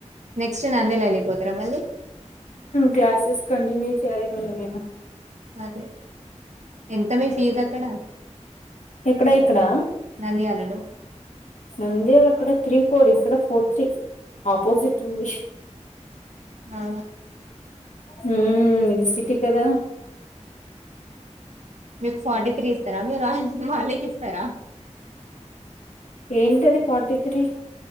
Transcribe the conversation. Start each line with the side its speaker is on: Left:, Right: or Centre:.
Right: నెస్ట్ నందెల అగ పోతార మళ్లీ
Left: క్లాసెస్ కంటిన్యూ చేయాలి కన్నా నేను
Right: అదే ఎంత మీ ఫీజు అక్కడ
Left: ఎక్కడా ఇక్కడా
Right: నంద్యాల్ హలో
Left: నంద్యాల్ అక్కడ త్రీ ఫోర్ ఇక్కడ ఫోర్ త్రీ ఆపోజిట్ ఉంది
Right: ఆ
Left: హ ఇది సిటీ కదా
Right: మీకు ఫార్టీ త్రీ ఇస్తారా మీరు మాలిక్ ఇస్తారా
Left: ఏంటి అది కోటి తీ